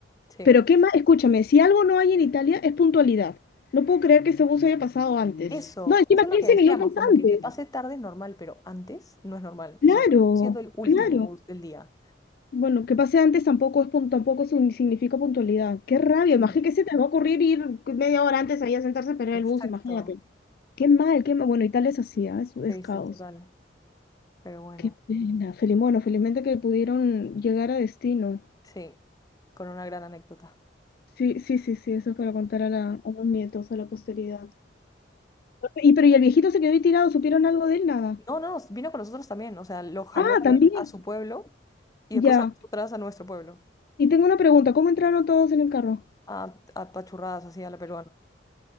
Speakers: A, on the left; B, on the left.
A: Sí.
B: Pero qué más, escúchame, si algo no hay en Italia es puntualidad. No puedo creer que ese bus haya pasado antes.
A: Eso,
B: No, encima
A: eso es
B: 15
A: lo que decíamos,
B: minutos
A: como que
B: antes.
A: que pase tarde es normal, pero antes no es normal,
B: Claro,
A: sobre todo siendo el último
B: claro.
A: bus del día.
B: Bueno, que pase antes tampoco es pun- tampoco sun- significa puntualidad. Qué rabia,
A: Sí,
B: imagínate que se te va a ocurrir ir media hora antes ahí a sentarse a esperar
A: exacto.
B: el bus, imagínate. Qué mal, qué mal. Bueno, Italia es así, ¿ah? Es, es
A: Sí,
B: caos.
A: sí, total. Pero bueno,
B: Qué pena. Feliz, bueno, felizmente que pudieron llegar a destino.
A: sí, con una gran anécdota.
B: Sí, sí, sí, sí, eso es para contar a, la, a los nietos, a la posteridad. Y pero y el viejito se quedó ahí tirado, ¿supieron algo de él? Nada.
A: No, no, vino con nosotros también, o sea, lo jaló
B: Ah,
A: a
B: también.
A: él a su pueblo y
B: Ya.
A: después a nosotras a nuestro pueblo,
B: Y tengo una pregunta, ¿cómo entraron todos en el carro?
A: a, a pachurradas así a la peruana.